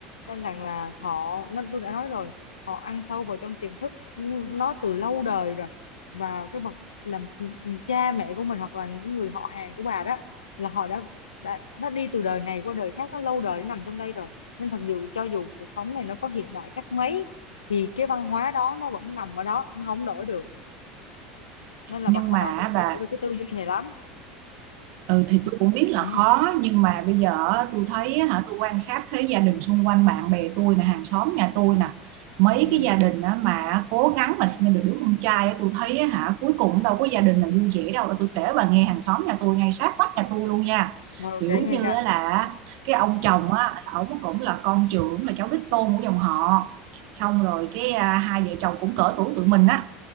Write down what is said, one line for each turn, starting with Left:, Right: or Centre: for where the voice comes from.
Left: nên rằng là họ nó tôi đã nói rồi họ ăn sâu vào trong tiềm thức ừ, nó từ lâu đời rồi và cái bậc làm cha mẹ của mình hoặc là những người họ hàng của bà đó là họ đã đã, đã đi từ đời này qua đời khác nó lâu đời nó nằm trong đây rồi nên thật dù cho dù cuộc sống này nó có hiện đại cách mấy thì cái văn hóa đó nó vẫn nằm ở đó nó không đổi được nên là
Right: nhưng
Left: bà khó
Right: mà
Left: thay
Right: bà
Left: đổi được cái tư duy này lắm
Right: Ừ thì tôi cũng biết là
Left: ừ
Right: khó nhưng mà bây giờ á, tôi thấy á hả tôi quan sát thấy gia đình xung quanh bạn bè tôi nè hàng xóm nhà tôi nè mấy
Left: ừ
Right: cái gia đình á, mà cố gắng mà sinh được đứa con trai á, tôi thấy á, hả cuối cùng đâu có gia đình nào vui vẻ đâu tôi kể bà nghe hàng xóm nhà tôi ngay sát vách nhà tôi luôn nha
Left: rồi
Right: kiểu
Left: kể nghe
Right: như
Left: kìa
Right: á là cái ông chồng á ổng cũng là con trưởng là cháu đích tôn của dòng họ xong rồi cái à, hai vợ chồng cũng cỡ tuổi tụi mình á